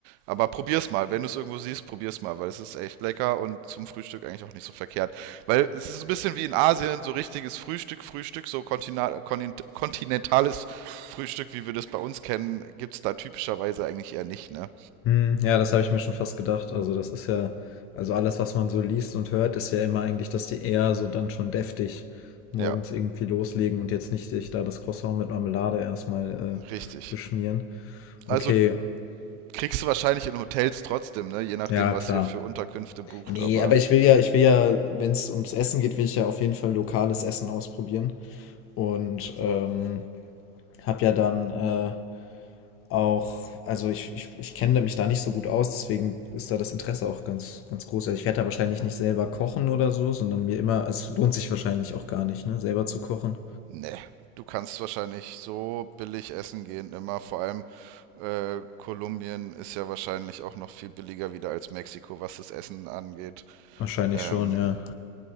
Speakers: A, on the right; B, on the left.
A: Aber probier's mal, wenn du es irgendwo siehst, probier's mal, weil es ist echt lecker und zum Frühstück eigentlich auch nicht so verkehrt. Weil es ist so ein bisschen wie in Asien, so richtiges Frühstück, Frühstück, so kontina- kontin- kontinentales Frühstück, wie wir das bei uns kennen, gibt es da typischerweise eigentlich eher nicht, ne?
B: Hm, ja, das habe ich mir schon fast gedacht. Also das ist ja, also alles, was man so liest und hört, ist ja immer eigentlich, dass die eher so dann schon deftig morgens
A: Ja,
B: irgendwie loslegen und jetzt nicht sich da das Croissant mit Marmelade erstmal äh,
A: richtig.
B: beschmieren. Okay,
A: Also kriegst du wahrscheinlich in Hotels trotzdem, ne? Je nachdem,
B: ja,
A: was
B: klar.
A: ihr für Unterkünfte bucht,
B: Nee,
A: aber
B: aber ich will ja, ich will ja, wenn es ums Essen geht, will ich ja auf jeden Fall lokales Essen ausprobieren. Und ähm, habe ja dann äh, auch, also ich, ich, ich kenne mich da nicht so gut aus, deswegen ist da das Interesse auch ganz, ganz groß. Also ich werde da wahrscheinlich nicht selber kochen oder so, sondern mir immer, es lohnt sich wahrscheinlich auch gar nicht, ne, selber zu kochen.
A: ne. Du kannst wahrscheinlich so billig essen gehen immer. Vor allem äh, Kolumbien ist ja wahrscheinlich auch noch viel billiger wieder als Mexiko, was das Essen angeht.
B: Wahrscheinlich
A: Ähm,
B: schon, ja.